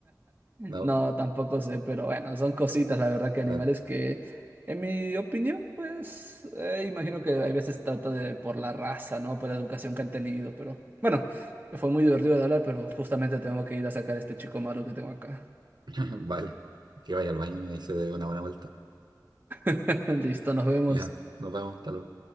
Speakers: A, on the right; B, on the right.
A: No,
B: No, tampoco sé, pero bueno, son cositas, la verdad, que
A: claro,
B: animales que, en mi opinión, pues, eh, imagino que hay veces se trata de por la raza, ¿no? Por la educación que han tenido, pero bueno, fue muy divertido de hablar, pero justamente tengo que ir a sacar a este chico malo que tengo acá.
A: <laughs> vale, que vaya al baño y ahí se dé una buena vuelta.
B: <laughs> Listo, nos vemos.
A: Ya, nos vemos, hasta luego.